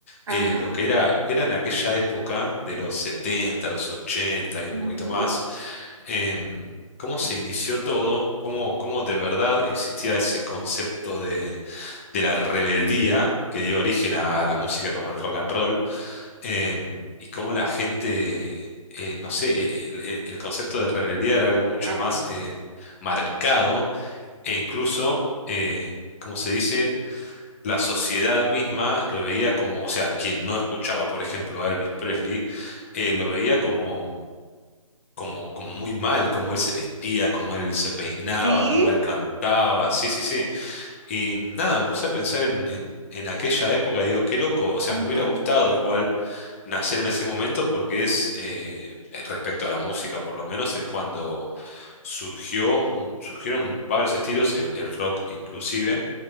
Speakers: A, on the right; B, on the left.
A: Ajá,
B: eh, lo que era, lo que era en aquella época de los 70 los 80 y
A: ujú,
B: un poquito más, em, cómo se inició todo, cómo, cómo de verdad existía ese concepto de, de la rebeldía que dio origen a la música como el rock and roll, em, y cómo la gente, eh, no sé, eh, el, el- el concepto de rebeldía era algo mucho
A: ajá.
B: más eh, marcado e incluso... eh, Como se dice, la sociedad misma lo veía como, o sea, quien no escuchaba, por ejemplo, a Elvis Presley, eh, lo veía como, como, como muy mal, como él se vestía, como él se peinaba,
A: Sí,
B: como él cantaba, sí, sí, sí. Y nada, me puse a pensar en, en, en aquella época, digo, qué loco, o sea,
A: ajá.
B: me hubiera gustado igual nacer en ese momento porque es, eh, eh, respecto a la música por lo menos, es cuando surgió, un- surgieron varios estilos, el el rock inclusive